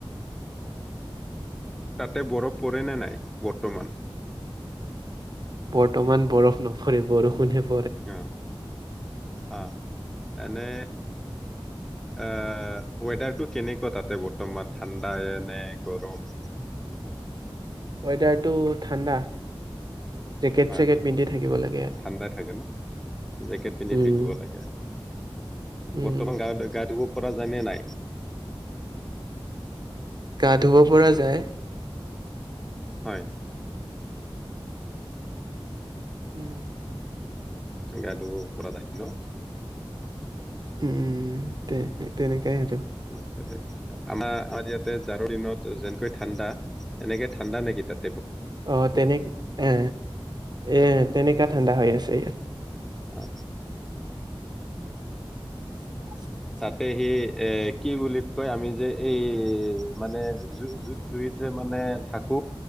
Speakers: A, in the centre; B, on the right (about 45°).
A: তাতে বৰফ পৰে ন নাই বৰ্তমান
B: বৰ্তমান বৰফ নপৰে বৰষুণে
A: অ আহ এনে এ ৱেডাৰটো কেনেকুৱা তাতে বৰ্তমান ঠাণ্ডা নে গৰম।
B: ৱেডাৰটো ঠাণ্ডা জেকেট
A: হয়
B: চেকেট পিন্ধি থাকিব লাগে আৰু
A: ঠাণ্ডাই থাকে ন জেকেট পিন্ধি
B: উম,
A: থাকিব লাগে
B: উম,
A: বৰ্তমান গা গাটো পৰা যায়নে নাই
B: গা ধুব পৰা যায়।
A: হয়
B: উম
A: গা ধুব পৰা যাই ন
B: উম তে তেনেকাই আৰু
A: উম আমাৰ ইয়াতে জাৰৰ দিনত যেনেকৈ ঠাণ্ডা এনেকে ঠাণ্ডা নেকি তাত
B: আহ তেনে এ এ তেনেকা ঠাণ্ডা হৈ আছে ইয়াত
A: অ
B: <inaudible>
A: তাতে সি এ কি বুলি কয় আমি যে এই মানে জু জুইত যে মানে মানে থাকো